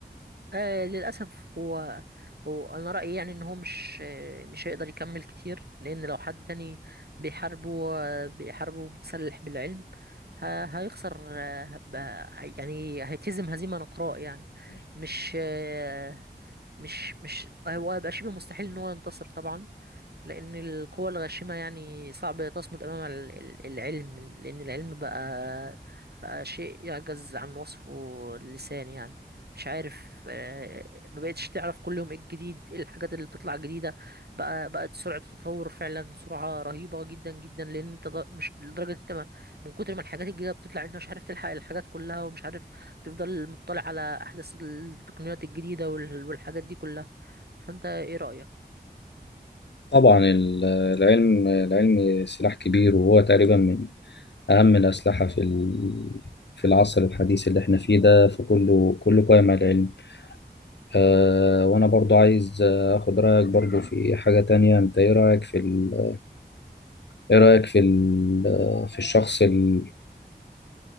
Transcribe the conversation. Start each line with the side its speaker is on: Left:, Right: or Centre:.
Right: آه للأسف هو هو أنا رأيي يعني إن هو مش آه، مش هيقدر يكمل كتير لأن لو حد تاني بيحاربه آه، بيحاربه متسلح بالعلم ه- هيخسر آه، هب- هي- يعني هيتهزم هزيمة نقراء يعني مش آه، مش مش هو هيبقى شبه مستحيل إن هو ينتصر طبعا لأن القوى الغاشمة يعني صعب تصمد أمام ال- ال- العلم لأن العلم بقى بقى شيء يعجز عن وصفه اللسان يعني مش عارف آه، ما بقتش تعرف كل يوم ايه الجديد ايه الحاجات اللي بتطلع جديدة بقى بقت سرعة التطور فعلا سرعة رهيبة جدا جدا لأن انت ض- مش لدرجة انت ما من كتر ما الحاجات الجديدة بتطلع انت مش عارف تلحق الحاجات كلها ومش عارف تفضل مطلع على أحدث التقنيات الجديدة وال- والحاجات دي كلها فانت ايه رأيك؟
Left: طبعا ال- العلم العلم سلاح كبير وهو تقريبا من أهم الأسلحة في ال- في العصر الحديث اللي احنا فيه ده فكله كله قائم على العلم أه وأنا برضو عايز أخد رأيك برضو في حاجة تانية أنت إيه رأيك في ال... إيه رأيك في ال... في الشخص ال...